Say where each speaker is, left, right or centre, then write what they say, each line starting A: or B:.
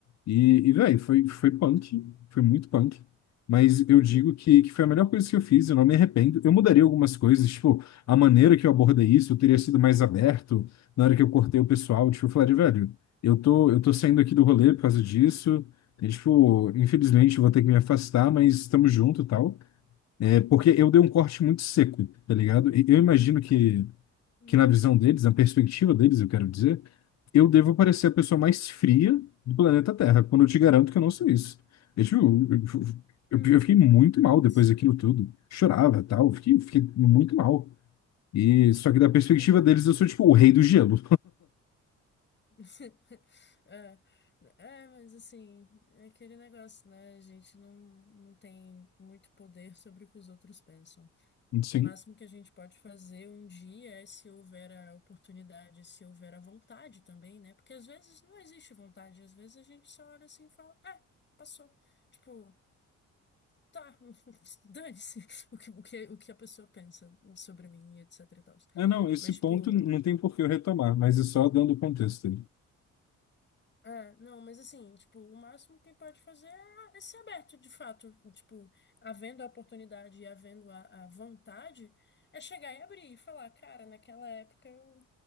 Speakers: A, on the left; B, on the left.
A: e, e velho, foi, foi punk, foi muito punk, mas
B: Uhum,
A: eu digo que, que foi a melhor coisa que eu fiz, eu não me arrependo, eu mudaria algumas coisas, tipo, a maneira que eu abordei isso, eu teria sido mais aberto, na hora que eu cortei o pessoal, tipo, eu falaria, velho, eu tô, eu tô saindo aqui do rolê por causa disso, e, tipo, infelizmente eu vou ter que me afastar, mas estamos junto e tal, é, porque eu dei um corte muito seco, tá ligado? E eu imagino que,
B: uhum,
A: que na visão deles, na perspectiva deles, eu quero dizer, eu devo parecer a pessoa mais fria do planeta Terra, quando eu te garanto que eu não sou isso. Eu, tipo, eu,
B: uhum.
A: eu- eu fiquei muito mal depois
B: Sim.
A: daquilo tudo. Chorava, tal, fiquei, fiquei muito mal. E só que da perspectiva
B: Uhum.
A: deles, eu sou tipo o rei do gelo.
B: <laughs> É, é, mas assim, é aquele negócio, né? A gente não, não tem muito poder sobre o que os outros pensam.
A: <laughs> Sim.
B: O máximo que a gente pode fazer um dia é se houver a oportunidade, se houver a vontade também, né? Porque às vezes não existe vontade, às vezes a gente só olha assim e fala, ah, passou. Tipo, tá, <laughs> dane-se o que, o que, o que a pessoa pensa sobre mim e etc e tal.
A: É, não, esse
B: Mas,
A: ponto
B: tipo.
A: não tem por que eu retomar, mas é só dando contexto.
B: É, não, mas assim, tipo, o máximo que pode fazer é é ser aberto, de fato. Tipo, havendo a oportunidade e havendo a, a vontade, é chegar e abrir e falar, cara, naquela época eu,